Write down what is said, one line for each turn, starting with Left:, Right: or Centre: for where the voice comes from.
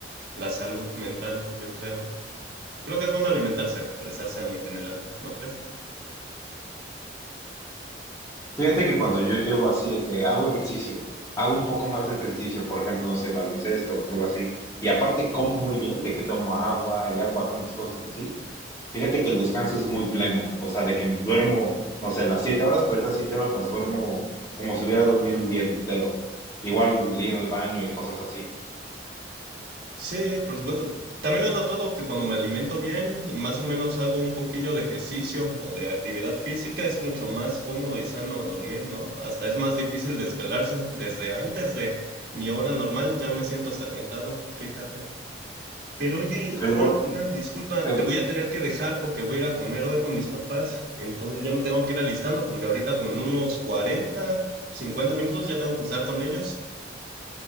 Right: la salud mental, yo creo. Creo que es bueno alimentarse para estar sano en general, ¿no crees?
Left: Fíjate que cuando yo llevo así de que hago ejercicio, hago un poco más de ejercicio, por ejemplo, no sé, baloncesto o algo así, y aparte como muy bien, de que tomo agua y hago bastantes cosas así, fíjate que el descanso es muy pleno, o sea, de que duermo, no sé, las siete horas, pero esas siete horas las duermo como si hubiera dormido un día entero. Igual ir al baño y cosas así.
Right: Sí, por supuesto. También lo he notado que cuando me alimento bien y más o menos hago un poquillo de ejercicio o de actividad física, es mucho más cómodo y sano dormir, ¿no? Hasta es más difícil desvelarse. Desde antes de mi hora normal ya me siento hasta cansado, fíjate. Pero oye,
Left: Pero
Right: Juan,
Left: igual,
Right: una disculpa,
Left: eh,
Right: te voy a tener que dejar porque voy a ir a comer hoy con mis papás. Entonces ya me tengo que ir alistando porque ahorita como en unos 40, 50 minutos ya tengo que estar con ellos.